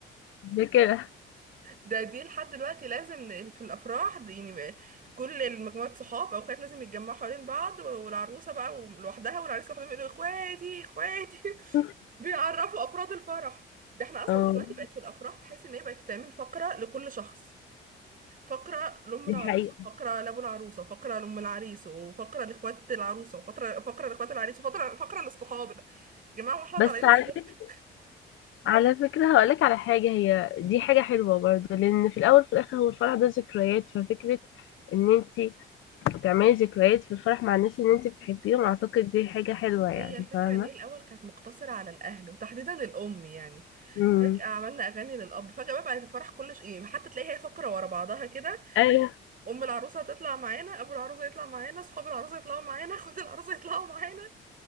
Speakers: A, on the left; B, on the right.
A: ده كده
B: ده دي لحد دلوقتي لازم ن- في الافراح دي يعني بقى كل المجموعات صحاب او اخوات لازم يتجمعوا حوالين بعض والعروسه بقى لوحدها والعريس لوحدهم يقولوا اخواتي اخواتي
A: <laughs>
B: <laughs> بيعرفوا افراد الفرح ده احنا اصلا
A: اه
B: دلوقتي بقت في الافراح تحس ان هي بقت تعمل فقره لكل شخص فقره لام
A: دي
B: العروسه
A: حقيقة
B: فقره لابو العروسه فقره لام العريس وفقره لاخوات العروسه وفقره فقره لاخوات العريس وفقره فقره للصحاب يا جماعه واحنا
A: بس
B: طالعين
A: على
B: السيرك
A: فكرة على فكرة هقولك على حاجة هي دي حاجة حلوة برضه لأن في الأول وفي الآخر هو الفرح ده ذكريات ففكرة إن أنتي تعملي ذكريات في الفرح مع الناس اللي أنتي بتحبيهم أعتقد دي حاجة حلوة يعني
B: هي الفكرة
A: فاهمة؟
B: ان هي الاول كانت مقتصرة على الاهل وتحديدا الام يعني
A: امم
B: فجأة عملنا اغاني للاب فجأة بقى بقت الفرح كله ش- يعني حتى تلاقيها هي فقرة ورا بعضها كده
A: أيوه
B: ام العروسة هتطلع معانا ابو العروسة يطلع معانا اصحاب العروسة يطلعوا معانا <laughs> اخوات العروسة يطلعوا معانا